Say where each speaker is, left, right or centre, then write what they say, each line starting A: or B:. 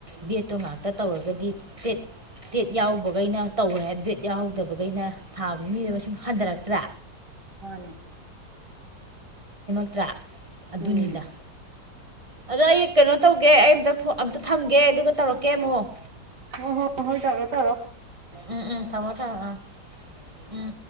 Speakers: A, on the right; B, on the right.
A: ꯕꯦꯠꯇꯣ ꯉꯥꯛꯇ ꯇꯧꯔꯒꯗꯤ ꯄꯦꯠ ꯇꯦꯠ ꯌꯥꯎꯕꯈꯩꯅ ꯇꯧꯔꯦ ꯕꯦꯠ ꯌꯥꯎꯍꯧꯗꯕꯈꯩꯅ ꯊꯥꯕꯗꯤ ꯃꯤꯗꯣ ꯃꯁꯤꯡ ꯍꯟꯊꯔꯛꯇ꯭ꯔꯥ
B: ꯃꯥꯅꯦ
A: ꯇꯔꯥ ꯑꯗꯨꯅꯤꯗ
B: ꯎꯝ
A: ꯑꯗꯣ ꯑꯩ ꯀꯩꯅꯣ ꯇꯧꯒꯦ ꯑꯩ ꯑꯃꯇ ꯑꯝꯇ ꯊꯝꯒꯦ ꯑꯗꯨꯒ ꯇꯧꯔꯛꯀꯦ ꯑꯃꯨꯛ
B: ꯑꯣ ꯍꯣ ꯍꯣꯏ ꯇꯔꯣ ꯇꯔꯣ
A: ꯎꯝ ꯎꯝ ꯊꯝꯃꯣ ꯊꯃꯣ ꯑ ꯎꯝ